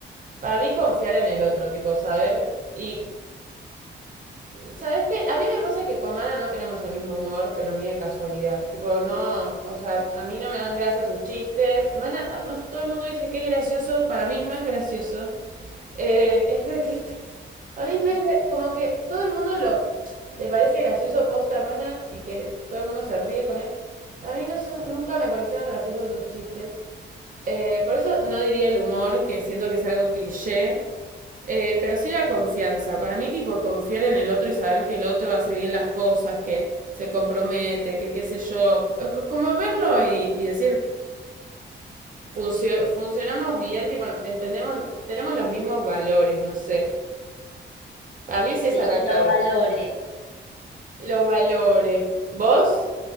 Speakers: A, on the right; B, on the left.
A: para mí confiar en el otro, tipo, saber y ¿sabes qué? A mí me pasa que con Mana no tenemos el mismo humor, pero ni de casualidad. Tipo, no, o sea, a mí no me dan gracia sus chistes. Mana, además todo el mundo dice que es gracioso, para mí no es gracioso. Eh, es de tristes. A mí no es gra- como que todo el mundo lo le parece gracioso posta mana y que todo el mundo se ríe con él. A mí no son, nunca me parecieron graciosos sus chistes. Eh, por eso no diría el humor, que siento que es algo cliché. Eh, pero sí la confianza. Para mí, tipo, confiar en el otro y saber que el otro hace bien las cosas, que se compromete, que qué sé yo. C- Como verlo y, y decir, "Funcio- funcionamos bien, tipo, entendemos, tenemos los mismos valores, no sé. Para mí es esa
B: Sí,
A: la
B: lo
A: clave.
B: valore.
A: Los valores. ¿Vos